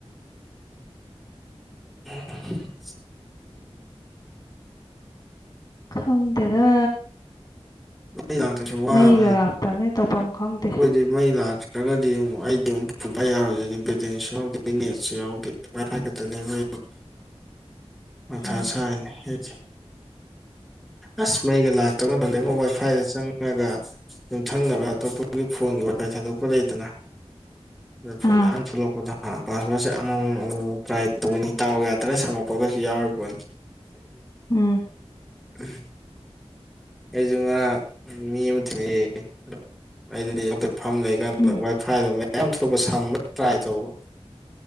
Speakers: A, in the centre; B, on the left.
A: ꯑ <inaudible>
B: ꯈꯪꯗꯦꯗ
A: ꯑꯩ ꯂꯥꯛꯇꯁꯨ ꯋꯥꯕꯅꯤꯅ
B: ꯃꯩꯒ ꯂꯥꯛꯇꯕꯅꯦ ꯇꯧꯐꯝ ꯈꯪꯗꯦ
A: ꯑꯩꯈꯣꯏꯗꯤ ꯃꯩ ꯂꯥꯛꯇ꯭ꯔꯒꯗꯤ ꯑꯃꯨꯛ ꯑꯩꯗꯤ ꯑꯃꯨꯛ ꯐꯣꯟꯇ ꯌꯥꯔꯣꯏꯁꯤꯅꯦ ꯕꯦꯇꯦꯟꯁꯨ ꯌꯥꯎꯗꯦ ꯅꯦꯠꯁꯨ ꯌꯥꯎꯗꯦ ꯃꯊ ꯀꯦꯇ ꯅꯕ
B: <unintelligible>
A: ꯃꯊꯥ
B: ꯎꯝ
A: ꯁꯥꯏꯅ ꯍꯥꯏꯗꯤ ꯑꯁ ꯃꯩꯒ ꯂꯥꯛꯇꯕꯅ ꯇꯝꯗꯩ ꯃꯣꯕꯥꯏꯜ ꯁꯐꯥꯏꯗ ꯆꯪꯉꯒ ꯌꯨꯝꯊꯪꯅꯕ ꯑꯇꯣꯞꯄꯒꯤ ꯐꯣꯟꯒꯤ ꯋꯥꯏꯐꯥꯏ ꯊꯥꯗꯣꯛꯄ ꯂꯩꯗꯅ ꯐꯣꯟ
B: ꯑꯥ
A: ꯊꯂꯄꯣꯊ ꯄꯥꯁꯄꯣꯔꯠꯁꯦ ꯑꯃꯃꯝ ꯇ꯭ꯔꯥꯏ ꯇꯧꯕꯅꯤ ꯇꯗꯥꯎ ꯌꯥꯗꯅ ꯁꯝꯃꯛꯄꯒꯁꯨ ꯌꯥꯎꯔꯤꯕꯣꯠꯅꯤ
B: ꯎꯝ
A: ꯎꯝ ꯑꯩꯁꯨ ꯉꯔꯥꯡ ꯃꯤ ꯑꯃ ꯊꯛꯅꯩꯌꯦ ꯑꯗꯣ ꯑꯩ ꯑꯗꯨ ꯐꯝ ꯂꯩ ꯀꯥꯟꯗ
B: ꯎꯝ
A: ꯋꯥꯏ ꯐꯥꯏꯗꯣ ꯃꯌꯥꯝ ꯊꯣꯛꯂꯛꯄ ꯁꯝꯕ ꯇ꯭ꯔꯥꯏ ꯇꯧꯕ